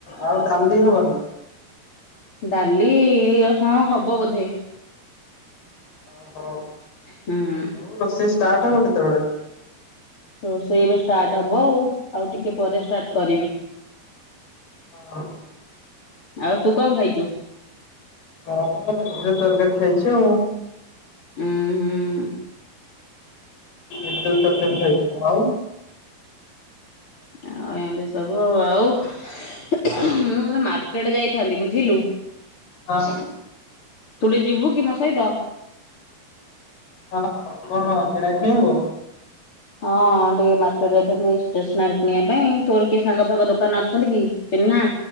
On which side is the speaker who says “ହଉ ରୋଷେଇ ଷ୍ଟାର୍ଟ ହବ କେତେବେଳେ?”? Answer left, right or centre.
Left